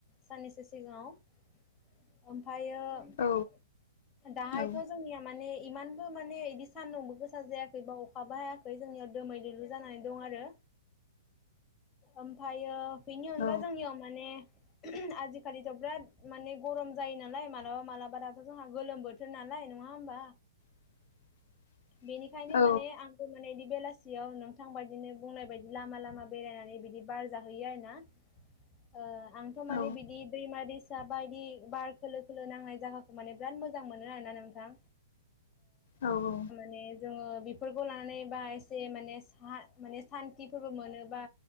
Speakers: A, on the left; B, on the left.
A: साननैसो सिगाङाव। उम ओमफाय ओ
B: औ
A: दाहायथ
B: औ
A: जोंनिया माने इमानबो माने इदि सान्दुंबो गोसा जायाखै बा अखाबो हायाखै जोंनियाव दोमैलु लु जानानै दं आरो। ओमफायो बेनि अनगा
B: औ
A: जोंनियाव माने आजिखालिथ बिराद माने गरम जायो नालाय मालाबा मालाबा दाथ जोंहा गोलोम बोथोर ना लाय नङा होमबा?
B: <inaudible>
A: बेनिखायनो
B: औ
A: माने आंखौ माने बि बेलासियाव नोंथां बायदिनो बुंनाय बायदि लामा लामा बेरायनानै बिदि बार जाहैयो आरो ना। ओ आंथ मानि
B: औ
A: बिदि दैमा दैस फसा बायदि बार खोलो खोलो नांनाय जागाखौ माने बिराद मोजां मोनो आरोना नोंथां।
B: औ औ
A: ने जोङो बेफोरखौ लानानै बा एसे माने सा माने सान्थिफोरबो मोनोबा